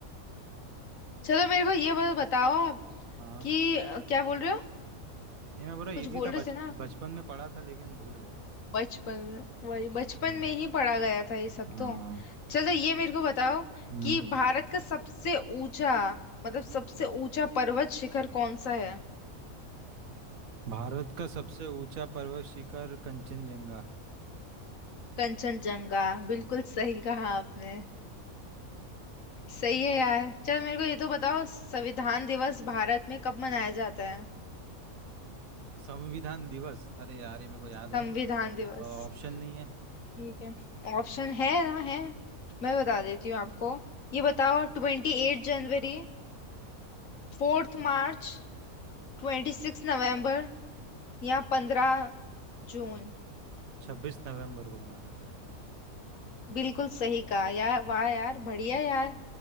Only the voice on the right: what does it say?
easy
था
हाँ
नहीं मैं बोल रहा
इजी
था
बच
बचपन में पढ़ा था लेकिन भूल गए
हम्म
हाँ,
हम्म
भारत का सबसे ऊंचा पर्वत शिखर कंचनजंगा
हम्म
संविधान दिवस अरे यार ये मेरे को याद
है
ऑप्शन नहीं है
छब्बीस नवंबर को मनाया जाता है